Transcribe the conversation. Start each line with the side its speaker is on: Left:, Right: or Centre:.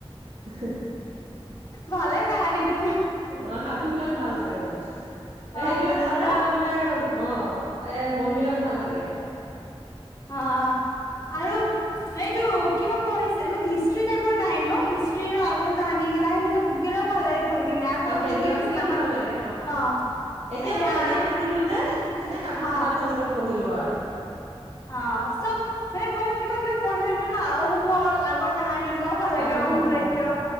Right: হ
Left: ভালে কাহানীটো।
Right: অ' সাধু বিলাক ভাল লাগে মানে সেইবিলাক
Left: অ সেইবোৰ
Right: চালে
Left: ন
Right: আৰু মানে অ'। এ মন বিলাক ভাল লাগে।
Left: অ'। আৰু এইটো কিবা পঢ়িছে মানে হিষ্ট্ৰি টাইপৰ নাহে ন' হিষ্ট্ৰীৰো আগৰ কাহানী গেলা সেনিকা বুক গিলাও ভাল লাগে পঢ়ি কেনে আগত
Right: অ সেইবিলাকো
Left: কি কি হৈছিল
Right: পঢ়ি
Left: আমাৰ,
Right: ভাল লাগে
Left: অ'।
Right: এতিয়া
Left: এয়া
Right: মই এনেই আছিলো যে এনে সাধু
Left: অ
Right: কিতাপখনকে পঢ়িলো আৰু।
Left: অ' চব মানে মই কিবা কিবা পঢ়ি থাকো ন অহুমৰ আগৰ কাহানী গিলাও ভাল লাগে
Right: আহোমৰ
Left: অহুম ৰাজ্য,
Right: অ